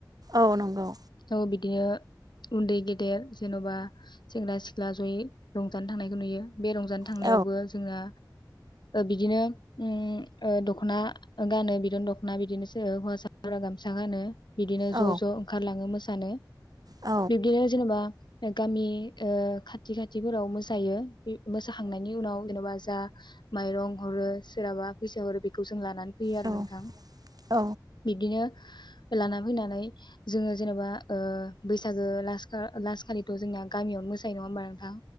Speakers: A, on the right (about 55°); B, on the left (about 70°).
A: औ नंगौ
B: औ बिदिनो उन्दै गेदेर जेन'बा सेंग्रा सिख्ला जयै रंजानो थांनायखौ नुयो बे रंजानो थांनायावबो
A: औ
B: जोना बिदिनो ओ दख'ना गानो बिदन दख'ना बिदिनोसो हौवासाफोरा गामसा गानो बिदिनो ज'
A: औ
B: ज' ओंखारला लाङो मोसानो
A: औ
B: बिब्दिनो जेनबा गामि ओ खाथि खाथिफोराव मोसायो बि मोसाखांनायनि उनाव जेनबा जा माइरं हरो सोरहाबा फैसा हरो बेखौ जों लानानै फैयो आरो
A: औ
B: नोंथां
A: औ
B: बिदिनो लाना फैनानै जोङो जेनबा ओ बैसागो लासखो लासखालिथ जोंना गामियावनो मोसायो नङा होमबा नोंथां